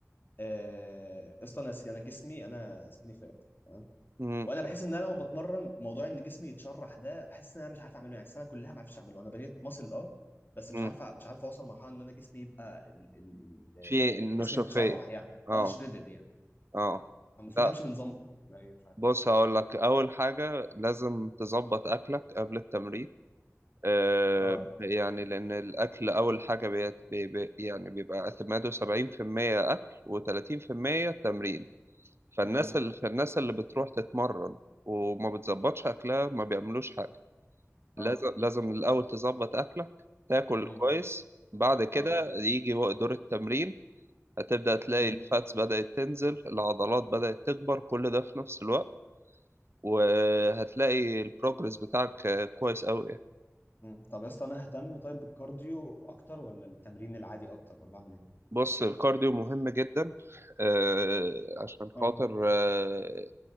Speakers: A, on the left; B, on the right.
A: آه، يا اسطى انا انا جسمي انا سكيني فات تمام
B: امم
A: وانا بحس ان انا لما بتمرن موضوع ان جسمي يتشرح ده بحس ان انا مش عارف اعمله يعني السنه كلها ما عرفتش اعمله انا بنيت ماسل اه بس مش
B: امم
A: عارف مش عارف اوصل لمرحله ان انا جسمي يبقى ال- ال- ال-
B: في النشوفية
A: الجسم متشرح يعني
B: اه
A: اه شريدد يعني
B: اه
A: المفروض
B: لا
A: امشي بنظام لا ايه مش عارف
B: بص هقول لك أول حاجة لازم تظبط أكلك قبل التمرين آه
A: اه
B: يعني لأن الأكل أول حاجة بي بي بي- يعني بيبقى اعتماده سبعين في المية أكل وتلاتين في المية تمرين فالناس
A: جميل
B: مم. اللي فالناس اللي بتروح تتمرن وما بتظبطش اكلها ما بيعملوش حاجه
A: اه
B: لازم لازم الاول تظبط اكلك تاكل
A: امم
B: كويس بعد كده
A: اه
B: يجي وق- دور التمرين هتبدا تلاقي
A: امم
B: الفاتس بدات تنزل العضلات بدات تكبر كل ده في نفس الوقت وهتلاقي البروجرس بتاعك آه، كويس قوي يعني.
A: امم طب يا اسطى انا اهتم طيب بالكارديو اكتر ولا التمرين العادي اكتر ولا اعمل ايه
B: بص الكارديو مهم جدا آه، عشان خاطر
A: اه
B: آه،